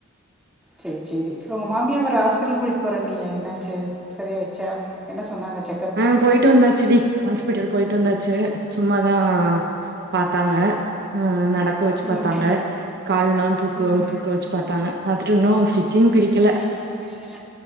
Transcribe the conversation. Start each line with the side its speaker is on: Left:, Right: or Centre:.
Centre: செரி செரி உங்க மாமிய ஒரு ஹாஸ்பிட்டல் கூட்டிகிட்டு போறே நீயே என்னாச்சு சரி ஆயிச்சா என்ன சொன்னாங்க செக்
Right: ஆ போயிட்டு வந்தாச்சு டி ஹாஸ்பிட்டல் போயிட்டு வந்தாச்சு சும்மாதா பாத்தாங்க அ நடக்க வச்சு
Centre: ம்
Right: பாத்தாங்க
Centre: அஹ்,
Right: கால்லா தூக்க
Centre: ம்
Right: தூக்க வச்சு பாத்தாங்க பாத்துட்டு இன்னு ஸ்டிச்சிங் பிரிக்கல
Centre: சின் பிடிக்கல